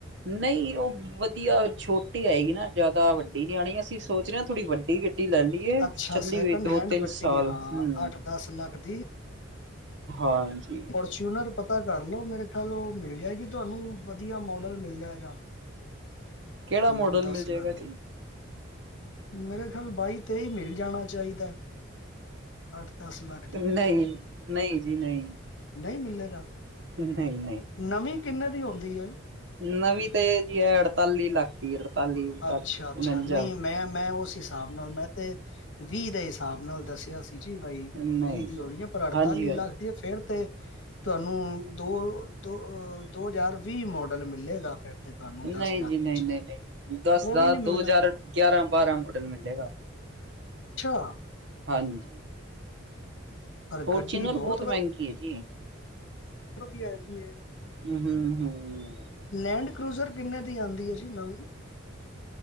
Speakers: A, on the right; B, on the left.
A: ਨਹੀਂ ਉਹ ਵਧੀਆ ਛੋਟੀ ਆਏਗੀ ਨਾ ਜ਼ਿਆਦਾ ਵੱਡੀ ਨ ਆਉਣੀ ਅਸੀਂ ਸੋਚ ਰਹੇ ਹਾਂ ਥੋੜੀ ਵੱਡੀ ਗੱਡੀ ਲੈਣੀ
B: ਅੱਛਾ
A: ਚੱਲੀ
B: ਸੈਕਿੰਡ
A: ਹੋਈ ਦੋ
B: ਹੈਂਡ
A: ਤਿੰਨ
B: ਵੱਡੀ
A: ਸਾਲ
B: ਹਾਂ
A: ਹਮ
B: ਅੱਠ ਦਸ ਲੱਖ ਦੀ
A: ਹਾਂਜੀ
B: ਫੋਰਚੂਨਰ ਪਤਾ ਕਰਲੋ ਮੇਰੇ ਖਿਆਲ ਉਹ ਮਿਲ ਜਾਏਗੀ ਤੁਹਾਨੂੰ ਵਧੀਆ ਮੋਡਲ ਮਿਲ ਜਾਏਗਾ
A: ਕਿਹੜਾ ਮੋਡਲ
B: ਨੌ ਦਸ
A: ਮਿਲ ਜਾਏਗਾ
B: ਲੱਖ
A: ਜੀ
B: ਦੀ ਮੇਰਾ ਖਿਆਲ ਬਾਈ ਤੇਈ ਮਿਲ ਜਾਣਾ ਚਾਹੀਦਾ ਅੱਠ ਦਸ ਲੱਖ ਦੀ
A: ਨਹੀਂ ਨਹੀਂ ਜੀ ਨਹੀਂ
B: ਨਹੀਂ ਮਿਲੇਗਾ
A: ਨਹੀਂ
B: ਨਵੀਂ ਕਿੰਨੇ ਦੀ ਆਉਂਦੀ ਹੈ
A: ਨਵੀ ਤਾਂ ਇਹ ਜੀ ਹੈ ਅੜਤਾਲੀ ਲੱਖ ਦੀ ਅੜਤਾਲੀ ਉਨਤਾਲੀ
B: ਅੱਛਾ ਅੱਛਾ
A: ਉਣੰਜਾ
B: ਨਹੀਂ ਮੈਂ ਮੈਂ ਉਸ ਹਿਸਾਬ ਨਾਲ ਮੈਂ ਤੇ ਵੀਹ ਦੇ ਹਿਸਾਬ ਨਾਲ ਦੱਸਿਆ ਸੀ ਜ ਬਾਈ
A: ਨਹੀਂ
B: ਵੀਹ ਦੀ ਆਉਣੀ ਆ ਪਰ ਅੜਤਾਲੀ
A: ਹਾਂਜੀ ਹਾਂਜੀ
B: ਲੱਖ ਫੇਰ ਤੇ ਤੁਹਾਨੂੰ ਦੋ ਦੋ ਦੋ ਹਜ਼ਾਰ ਵੀਹ ਮੋਡਲ ਮਿਲੇਗਾ ਫਿਰ ਤੇ ਤੁਹਾਨੂੰ
A: ਨਹੀਂ
B: ਲੱਖ
A: ਜੀ ਨਹੀਂ
B: ਵਿੱਚ
A: ਨਹੀਂ ਨਹੀਂ ਦਸ
B: ਉਹ
A: ਦਾ
B: ਵੀ ਨਹੀਂ ਮਿਲਣਾ
A: ਦੋ ਹਜ਼ਾਰ ਗਿਆਰਾਂ ਬਾਰਾਂ ਮਾਡਲ ਮਿਲੇਗਾ
B: ਅੱਛਾ
A: ਹਾਂਜੀ
B: ਪਰ
A: ਫੋਰਚੂਨਰ
B: ਗੱਡੀ
A: ਬਹੁਤ ਮਹਿੰਗੀ
B: ਵ-
A: ਹੈ ਜੀ
B: ਵਧੀਆ ਆ ਹੈ <unintelligible>
A: ਹੂੰ ਹੂੰ
B: ਲੈਂਡ ਕਰੂਜ਼ਰ ਕਿੰਨੇ ਦੀ ਆਉਂਦੀ ਹੈ ਜੀ ਨਵੀਂ